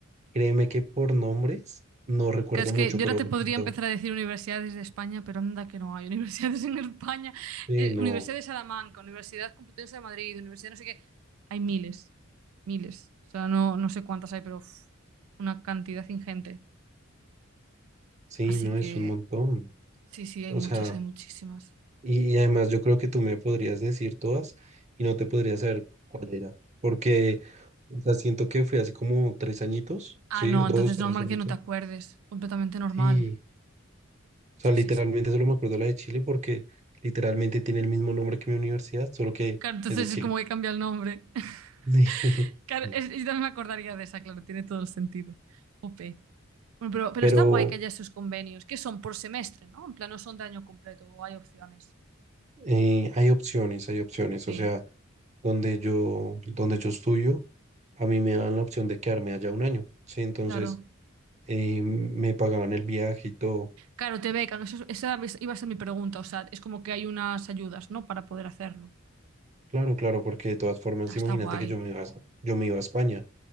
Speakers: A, on the right; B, on the right.
A: créeme que por nombres no recuerdo
B: Claro, Es que
A: mucho,
B: yo
A: pero
B: ahora te
A: recuerdo.
B: podría empezar a decir universidades de España, pero anda que no hay universidades en España.
A: Sí,
B: Eh,
A: no,
B: Universidad de Salamanca, Universidad Complutense de Madrid, Universidad no sé qué. Hay miles, miles. O sea, no, no sé cuántas hay, pero uf, una cantidad ingente.
A: sí,
B: Así
A: no,
B: que
A: es un montón.
B: sí, sí, hay
A: O
B: muchas,
A: sea,
B: hay muchísimas.
A: y, y además yo creo que tú me podrías decir todas y no te podrías saber cuál era. Porque, o sea, siento que fue hace como tres añitos,
B: Ah,
A: sí,
B: no,
A: dos,
B: entonces
A: tres
B: normal
A: añitos.
B: que no te acuerdes. Completamente normal.
A: Sí, o sea,
B: Sí,
A: literalmente
B: sí, sí. sí.
A: solo
B: sí.
A: me acuerdo de la de Chile porque literalmente tiene el mismo nombre que mi universidad, solo que
B: Claro, entonces
A: es de Chile.
B: es como que cambia el nombre. <laughs>
A: <laughs>
B: Claro,
A: Sí.
B: es- yo también me acordaría de esa, claro, tiene todo el sentido. Jope. Bueno, pero, pero
A: Pero
B: está guay que haya esos convenios, que son por semestre, ¿no? En plan, no son de año completo, o hay opciones.
A: eh, hay opciones, hay opciones.
B: Ok,
A: O sea, donde yo, donde yo estudio, a mí me dan la opción de quedarme allá un año, ¿sí? Entonces,
B: claro.
A: eh, me pagaban el viaje y todo.
B: Claro, te becan, eso- esa iba a ser mi pregunta, o sea, es como que hay unas ayudas, ¿no? Para poder hacerlo.
A: Claro, claro, porque de todas formas,
B: Ah, está
A: imagínate
B: guay.
A: que yo me iba a, yo me iba a España.